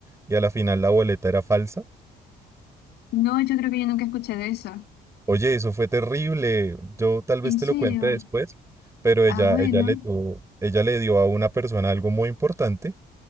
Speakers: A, on the right (about 15°); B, on the left (about 80°).
A: y a la final la boleta era falsa.
B: no, yo creo que yo nunca escuché de eso.
A: Oye, eso fue terrible. Yo tal
B: ¿En
A: vez te
B: serio?
A: lo cuente después, pero ella,
B: Ah, bueno.
A: ella le dio, ella le dio a una persona algo muy importante